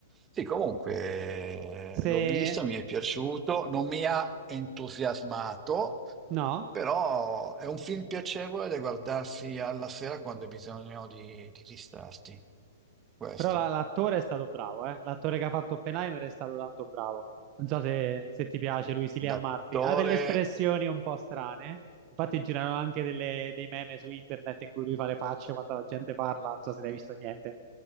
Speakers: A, on the right; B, on the right.
A: Sì, comunque
B: Se...
A: eh, l'ho visto, mi è piaciuto, non mi ha entusiasmato,
B: no?
A: però è un film piacevole da guardarsi alla sera quando hai bisogno di, di distrarti. Questo.
B: Però la- l'attore è stato bravo, eh? L'attore che ha fatto Oppenheimer è stato tanto bravo. Non so se, se ti piace lui, sì, Cillian
A: L'attore
B: Murphy. Ha delle espressioni un po' strane. Infatti girano anche delle- dei meme su internet in cui lui fa le facce quando la gente parla. Non so se ne hai visto niente.